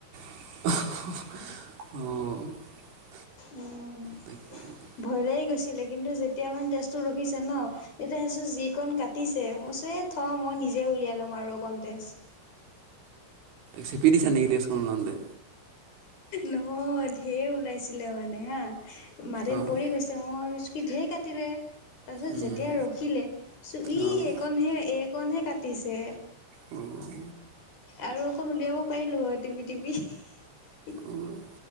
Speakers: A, on the right; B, on the left.
A: <unintelligible>
B: উম
A: তাকে
B: ভয় লাগি গৈছিলে। কিন্তু, যেতিয়া মানে, তেজটো ৰখিছে ন' তেতিয়া, যিকণ কাটিছে মচি থওঁ মই নিজে উলিয়াই ল'ম আৰু কণ তেচ।
A: চেপি দিছা নেকি তেজকণ উলাওতে
B: নহয় ঢেৰ ওলাইছিলে মানে হা মাটিত
A: অ',
B: পৰি গৈছে মই ভাবিছোঁ ঢেৰ কাটিলে তাৰপিছত
A: উম,
B: যেতিয়া ৰখিলে চাইছোঁ ই
A: অ',
B: এইকণহে-এইকণহে কাটিছে।
A: উম
B: আৰু অকণ উলিয়াব পাৰিলোঁ হয় টিপি-টিপি
A: অ',